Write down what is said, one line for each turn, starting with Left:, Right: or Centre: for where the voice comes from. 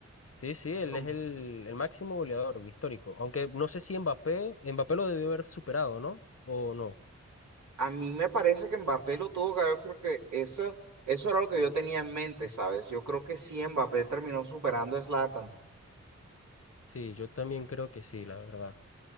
Left: Sí, sí, él
Right: Eso
Left: es
Right: no-
Left: el, el máximo goleador histórico. Aunque no sé si Mbappé, Mbappé lo debió haber superado, ¿no? O no.
Right: A mí me parece que Mbappé lo tuvo que haber porque eso, eso era lo que yo tenía en mente, ¿sabes? Yo creo que sí, Mbappé terminó superando a Zlatan,
Left: Sí, yo también creo que sí, la verdad.